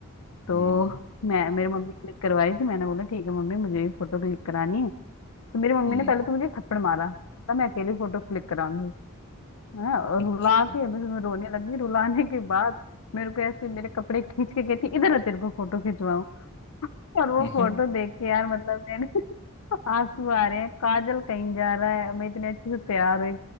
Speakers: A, on the left; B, on the left.
A: तो
B: हम्म
A: मैं मेरे मम्मी क्लिक करवा रही थी मैंने बोला ठीक है मम्मी मुझे भी फोटो क्लिक करानी है तो मेरी मम्मी
B: हम्म
A: ने पहले तो मुझे थप्पड़ मारा मैंने बोला मैं अकेली फोटो क्लिक कराऊंगी हाँ, और
B: अच्छा
A: रुला के बस मैं रोने लगी रुलाने के बाद मेरे को ऐसे मेरे कपड़े खींच के कहती इधर आ तेरे को फोटो खिंचवाऊं <laughs> और वो
B: <laughs>
A: फोटो देख के यार मतलब मैंने <laughs> आंसू आ रहे हैं काजल कहीं जा रहा है मैं इतने अच्छे से तैयार हुई